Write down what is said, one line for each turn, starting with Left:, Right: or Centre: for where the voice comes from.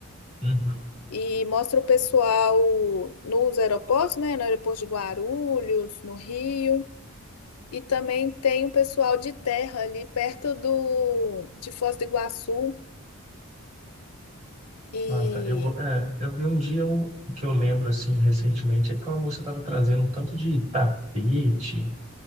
Right: Uhum.
Left: E mostra o pessoal nos aeroportos, né? No aeroporto de Guarulhos, no Rio. E também tem um pessoal de terra ali perto do de Foz do Iguaçu. E
Right: Ah, tá. Eu, vou- é, eu vi um dia um, que eu lembro, assim, recentemente, é que uma moça estava trazendo um tanto de tapete,